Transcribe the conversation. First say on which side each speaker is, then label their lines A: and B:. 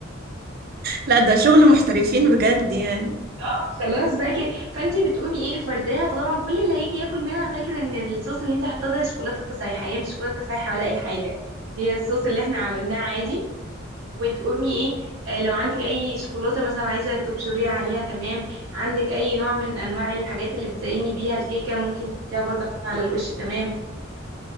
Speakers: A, on the right; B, on the right.
A: لا ده شغل محترفين بجد يعني
B: اه خلاص بقى كده فانت بتقومي ايه فرداها فطبعا كل اللي هيجي ياكل منها فاكر ان الصوص اللي انت حطاه ده شوكولاته سايحه هي مش شوكولاته سايحه ولا اي حاجه هي الصوص اللي احنا عملناه عادي وتقومي ايه آه، لو عندك اي شوكولاته مثلا عايزه تبشريها عليها تمام عندك اي نوع من انواع الحاجات اللي بتزيني بيها الكيكه ممكن تحطيها برضه على الوش تمام